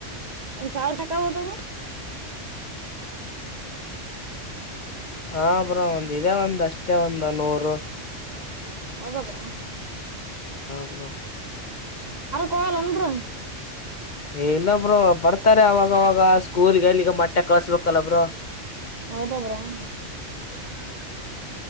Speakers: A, on the right; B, on the left.
A: ಒಂದ ಸಾವಿರ ಶಕ ಹದವ್ರ.
B: ಹ ಬ್ರೋ ಒಂದ್ ಇದ ಒಂದ. ಅಷ್ಟೇ ಒಂದು ನೂರು.
A: ಅವಾಗ.
B: ಬ್ರೋ.
A: ಕಲಂದರ
B: ಏ ಇಲ್ಲ ಬ್ರೋ ಬರ್ತಾರೆ ಅವಾಗವಾಗ ಸ್ಕೂಲ್ಗೆಲ್ಲಿಗ ಮಟ್ಟೆ ಕಳ್ಸ್ಬೇಕಲ್ಲಬ್ರ
A: ಹೌದಾ ಬ್ರೋ <unintelligible>